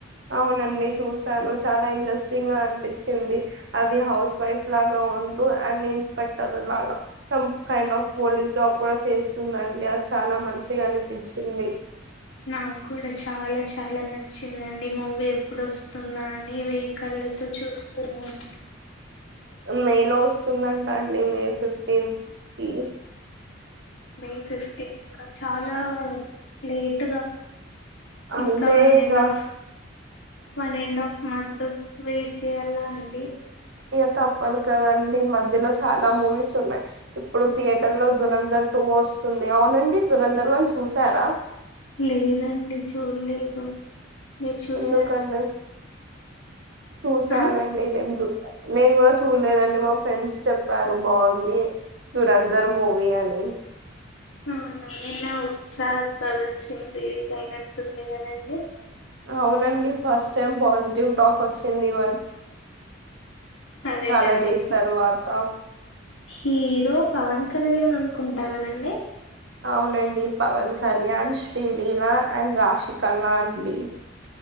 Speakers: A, on the right; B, on the left.
A: అవునండి చూసాను చాలా ఇంట్రెస్ స్టింగ్ గా అనిపించింది అది హౌస్ వైఫ్ లాగా ఉంటూ అండ్ ఇన్స్పెక్టర్ లాగా త్తం కైండ్ ఆఫ్ పోలీస్ జాబ్ కూడా చేస్తుందిండి అది చాలా మంచిగా అనిపించింది
B: నాకు కూడా చాలా చాలా నచ్చిందండి మూవీ ఎప్పుడు వస్తుంద అని వెయికల్లతో చూస్తున్నాను
A: మేలో వస్తుందంట అండి మే ఫిఫ్టీన్త్ కి
B: మే ఫిఫ్టీంత్ కా చాలా లేట్గా
A: అంటే
B: ఇంకా వన్
A: ఇక
B: and half one and half month wait చేయాలా అండి
A: ఇగ తప్పదు కదండి మధ్యలో చాలా మూవీస్ ఉన్నాయి ఇప్పుడు థియేటర్ లో దురంధర్ టూ వస్తుంది అవునండి దురంధర్ చూసారా
B: లేదండి చూడలేదు మీరు చూసారా
A: ఎందుకండి చూసానండి
B: ఆ
A: నెన్ దు నేను కూడా చూడలేదండి మా ఫ్రెండ్స్ చెప్పారు బాగుంది దురంధర్ మూవీ అ ని
B: ఔనా నిన్న ఉత్సాద్ భగత్ సింగ్ రివీజ్ అయినట్టుంది కదండి
A: అవునండి ఫస్ట్ టైం పాజిటివ్ టాక్ వచ్చింది ఇవన్
B: అదేనండి
A: చాలా డేస్ తరువాత
B: హీరో పవన్ కళ్యాణ్ అనుకుంటా కదండి
A: అవునండి పవన్ కళ్యాణ్ శ్రీలీలా అండ్ రాశికన్నా అండి